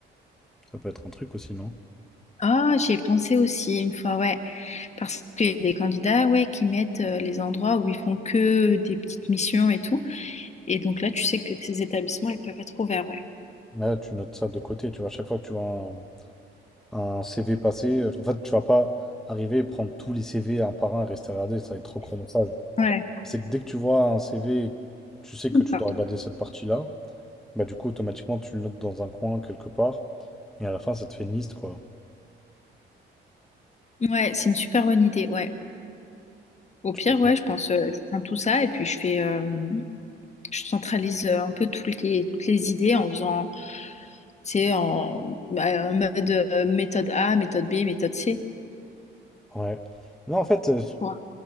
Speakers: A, in the centre; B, on the left.
A: ça peut être un truc aussi, non?
B: Ah, j'y ai pensé aussi une fois, ouais. Parce qu'il y a des candidats, ouais, qui mettent euh, les endroits où ils font que des petites missions et tout. Et donc là, tu sais que ces établissements, ils peuvent être ouverts, ouais.
A: Là, tu notes ça de côté, tu vois, à chaque fois que tu vois un, un CV passer, euh, en fait, tu vas pas arriver et prendre tous les CV un par un et rester regarder, ça va être trop chronophage.
B: Ouais,
A: C'est que dès que tu vois un CV, tu sais que
B: Hum,
A: tu
B: pardon.
A: dois regarder cette partie-là, bah du coup, automatiquement, tu le notes dans un coin, quelque part, et à la fin, ça te fait une liste, quoi.
B: Ouais, c'est une super bonne idée, ouais. Au
A: Tu
B: pire,
A: peux faire.
B: ouais, je pense, euh, je prends tout ça et puis je fais, euh, je centralise euh, un peu toutes les, toutes les idées en faisant, tu sais, en, bah, en mode euh, méthode A, méthode B, méthode C.
A: Ouais. Non, en fait, euh,
B: quoi.